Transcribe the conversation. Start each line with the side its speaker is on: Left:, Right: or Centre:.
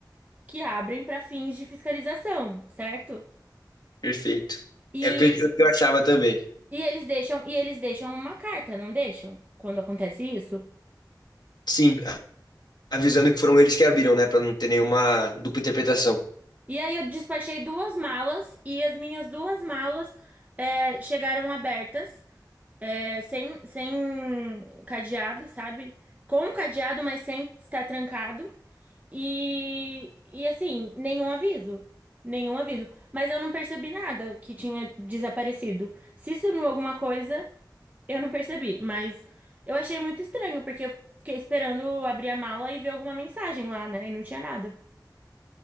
Right: que abrem para fins de fiscalização, certo?
Left: Perfeito.
Right: E,
Left: É o que eu, o que eu achava também.
Right: e eles deixam e eles deixam uma carta, não deixam? Quando acontece isso?
Left: Sim, avisando que foram eles que abriram, né? Pra não ter nenhuma dupla interpretação.
Right: E aí eu despachei duas malas e as minhas duas malas é, chegaram abertas, é, sem, sem cadeado, sabe? Com cadeado, mas sem estar trancado. E, e assim, nenhum aviso. Nenhum aviso. Mas eu não percebi nada que tinha desaparecido. Se sumiu alguma coisa, eu não percebi. Mas eu achei muito estranho, porque eu fiquei esperando abrir a mala e ver alguma mensagem lá, né? E não tinha nada.